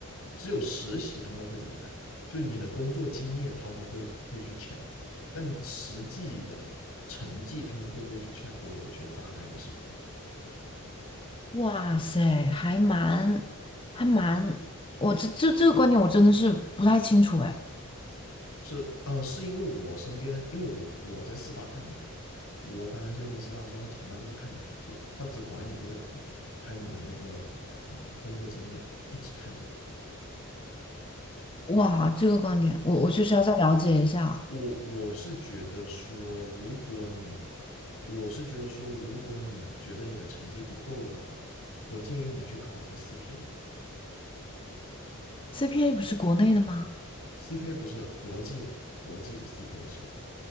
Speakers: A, on the left; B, on the left.
A: 只有实习他们会这么干，就你的工作经验他们会会去 check，但实际的成绩他们会不会去 check？我觉得大概率是不会。
B: 哇塞，还蛮还蛮，我这这这个观点我真的是不太清楚哎，
A: 是呃，是因为我身边，因为我我在四大干过，我反正申请四大的时候，他从来都不看你成绩的，他只管你这个人，还有你的那个啊、呃工作经验，他只看这个。
B: 哇，这个观点我我确实要再了解一下。
A: 就我我是觉得说，如果你，我是觉得说，如果你觉得你的成绩不够的话，我建议你去考一个 CPA。
B: CPA 不是国内的吗
A: CPA 不是国际的，国际的 CPA 是，